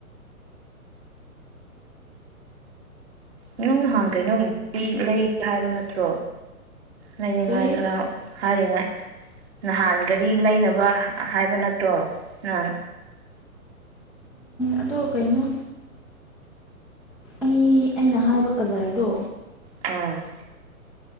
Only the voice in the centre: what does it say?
ꯀꯔꯤ
ꯑꯗꯣ ꯀꯩꯅꯣ ꯑꯩ ꯑꯩꯅ ꯍꯥꯏꯕ ꯀꯂꯔꯗꯣ